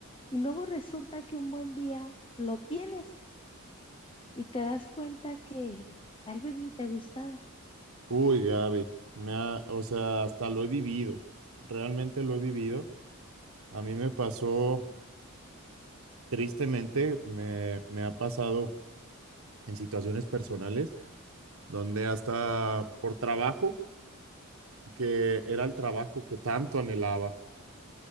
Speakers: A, on the left (about 25°); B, on the right (about 65°).
A: Y luego resulta que un buen día lo tienes y te das cuenta que tal vez ni te gustaba.
B: Uy, Gaby, me ha, o sea, hasta lo he vivido, realmente lo he vivido. A mí me pasó, tristemente, me, me ha pasado en situaciones personales donde hasta por trabajo, que era el trabajo que tanto anhelaba,